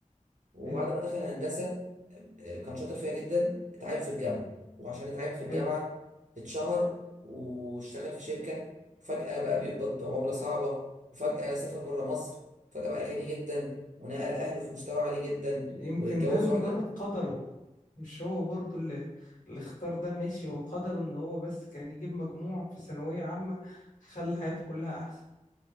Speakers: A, on the right; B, on the left.
A: وبعد
B: حلو
A: ما دخل هندسة آه، كان شاطر فيها جدا اتعين في الجامعة وعشان اتعين في الجامعة
B: حلو
A: اتشهر واشتغل في شركة وفجأة بقى بيقبض بعملة صعبة وفجأة سافر بره مصر فجأة بقى غني جدا ونقل أهله في مستوى عالي جدا
B: يمكن
A: واتجوز
B: ده مجرد
A: واحدة
B: قدره مش هو برضو اللي, اللي اختار ده ماشي هو قدره ان هو بس كان يجيب مجموع في ثانوية عامة خلى حياته كلها احسن